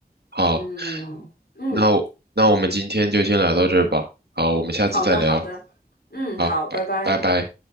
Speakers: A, on the right; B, on the left.
A: 好，
B: 嗯嗯。
A: 那我那我们今天就先聊到这儿吧。好，我们下次再聊。
B: 好的，好的，嗯，
A: 好，
B: 好，拜拜。
A: 拜拜拜。